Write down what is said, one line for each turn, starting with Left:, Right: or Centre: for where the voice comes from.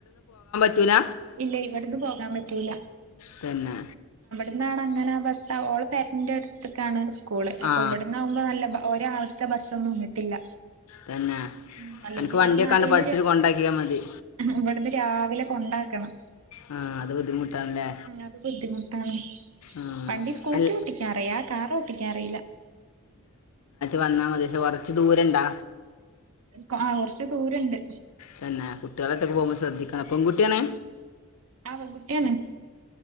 Left: റ്റൂല
Right: ഇല്ല ഇവിടുന്ന് പോകാൻ പറ്റൂല്ല
Left: തന്നെ
Right: ന്താണ് അങ്ങനെ ബസ് താ ഓളെ പെരെൻ്റെ എട് ഇതൊക്കാണ് സ്കൂള് അപ്പൊ
Left: ആ
Right: ഇവിടന്നാവുമ്പോ നല്ല ബ ഒരാൾ ത്ത ബസ്സൊന്നും വന്നിട്ടില്ല
Left: തന്നെ
Right: മ്മ് അല്ലെങ്കിൽ
Left: അനക്ക്
Right: ഇവിടന്ന്
Left: വണ്ടിയൊക്കാണ്ട്
Right: ആരെലും
Left: പഠിച്ചിട്ട് കൊണ്ടാക്കിയാൽ മതി
Right: ഇവിടുന്ന് രാവിലെ കൊണ്ടാ ക്കണം
Left: ആ അത് ബുദ്ധിമുട്ടാണല്ലേ
Right: മ്മ് അത് ബുദ്ധിമുട്ടാണ്
Left: ആ
Right: വണ്ടി സ്കൂട്ടി
Left: അൽ
Right: ഒട്ടിക്കാനറിയാ കാറ് ഓ ടിക്കാൻ അറീല
Left: വന്നാ മതി കുറച്ച് ദൂരണ്ടാ
Right: കൊറച്ച് ദൂരണ്ട്
Left: തന്നെ കുട്ടികള് ഒറ്റക്ക് പോകുമ്പോൾ ശ്രദ്ധിക്കണം പെൺകുട്ടിയാണ്
Right: ആഹ് പെൺകുട്ടിയാണ്